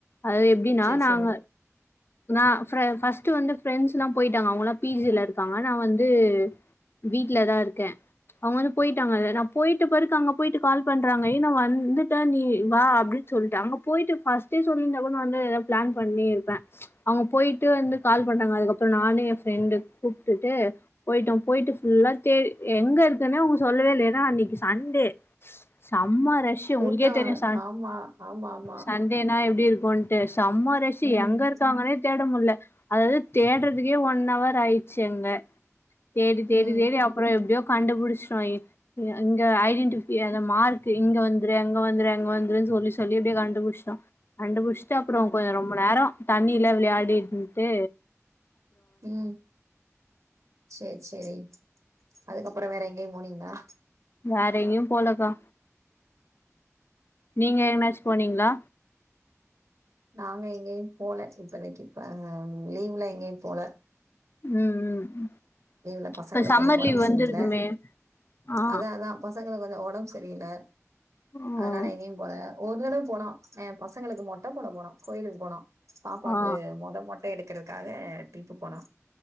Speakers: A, on the left; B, on the right.
A: அது எப்டின்னா
B: சேரி
A: நாங்க
B: சேரி
A: நா ஃப் ஃபர்ஸ்ட்டு வந்து ஃப்ரெண்ட்ஸ் எல்லா போயிட்டாங்க அவங்கலா பி ஜி ல இருக்காங்க நா வந்து வீட்ல தா இருக்கே அவங்க வந்து போயிட்டாங்க நா போயிட்ட பிறகு அங்க போயிட்டு கால் பண்றாங்க ஏ நா வந்துட்ட நீ வா அப்டி சொல்ட்டு அங்க போய்ட்டு ஃபஸ்டே சொல்லிந்தா கூட நா வந்து எதா ப்ளன் பண்ணிருப்ப அவங்க போய்ட்டு வந்து கால் பண்னாங்க அதுக்கப்புறோ நானு எ ஃப்ரெண்டு கூப்ட்டுட்டு போய்ட்டோ போய்ட்டு ஃபுல்லா தே எங்க இருக்குன்னே அவங்க சொல்லவே இல்ல ஏனா அன்னைக்கு சண்டே சம்ம ரஷ்சு
B: கூட்டோ
A: உங்களுக்கே தெரியு ச
B: ஆமா ஆமா ஆமா
A: சண் டேனா எப்டி இருக்குன்ட்டு செம்ம ரஸ்ஸூ
B: ம்
A: எங்க இரு அவங்களே தேட முட்ல அதாது தேடுறதுக்கே ஒன் அவர் ஆயிச்சு அங்க தேடி தேடி
B: ம்
A: தேடி அப்பறோ எப்டியோ கண்டுபுடிச்சிடோ இங்க ஐடென்டிஃபி அந்த மார்க்கு இங்க வந்துரு அங்க வந்துரு அங்க வந்துருன் சொல்லி சொல்லி அப்படியே கண்டுபிடிச்சிட்டோ கண்டுபுடுச்சுட்டு அப்புறோ
B: ம்
A: கொஞ்ச ரொம்ப நேரோ தண்ணில விளையாடிட்டுந்துட்டு
B: ம் சேர் சேரி அதுக்கப்புறோ வேற எங்கயு போனீங்ளா
A: வேற எங்கயு போலக்கா நீங்க எங்கனாச்சு போனீங்ளா
B: நாங் எங்கயு போல இப்பதைக்கு இப்ப லீவ்ல எங்கயு போல
A: ம் ம்
B: லீவ்ல பசங்களுக்கு
A: இப்ப சம்மர்
B: கொஞ்சோ ஒடம்பு
A: லீவ் வந்துருக்குமே
B: சரில்ல
A: ஆ
B: அதா அதா பசங்களுக்கு கொஞ்சோ ஒடம்பு சரியில்ல
A: ஓ
B: அதனால எங்கயு போல ஒரு தடவ போனோ எ பசங்களுக்கு மொட்ட போட போனோ கோயிலுக்கு போனோ பாப்பாக்கு
A: ஆ
B: மொத மொட் ட எடுக்கிறதுக்காக ட்ரிப்பு போனோ